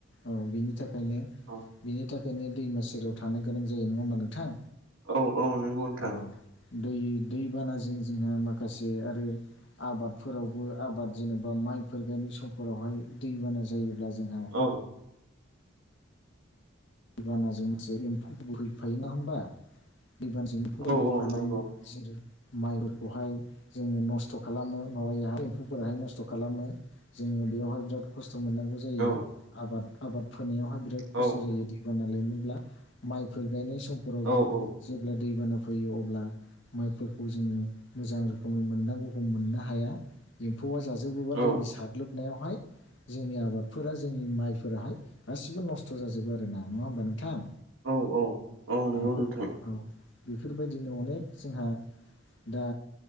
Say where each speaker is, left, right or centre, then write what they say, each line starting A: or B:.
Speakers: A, on the left; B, on the right.
A: औ बिनि थाखायनो,
B: औ
A: बिनि थाखायनो दैमा सेराव थानो गोनां जायो नङा होमबा नोंथां?
B: औ औ नोंगौ नोंथां।
A: औ दै दैबानाजों जोंहा माखासे आरो आबादफोरावबो आबाद जेनेबा माइफोर गायनाय समफोरावहाय दैबाना जायोब्ला जोंहा
B: औ
A: दैबानाजों माखसे एम्फौ बोहैफायोना होमबा दैबानजों
B: औ
A: रोबफानाय
B: औ नंगौ
A: जेरै माइफोरखौहाय जोङो नस्थ' खालामो माबायाहाय एम्फौफोरहाय नस्थ' खालामो। जोङो बेयावहाय बिराद खस्थ' मोननांगौ जायो,
B: औ
A: आबाद, आबाद फोनायावहाय बिराद खस्थ'
B: औ
A: जायो। नोब्ला माइफोर गायनाय समफोरावबो
B: औ औ
A: जेब्ला दैबाना फैयो अब्ला माइफोरखौ जोङो मोजां रोखोमै मोननांगौखौ मोननो हाया। फौवा जाजोबोबा
B: औ
A: दैनि साग्लोबनायावहाय जोंनि आबादफोरा जोंनि माइफोराहाय गासिबो नस्थ' जाजोबो आरोोना नङा होमबा नोंथां?
B: औ औ औ नंगौ
A: बेफोर
B: नोंथां
A: औ बेफोरबायदिनो अनेक जोंहा दा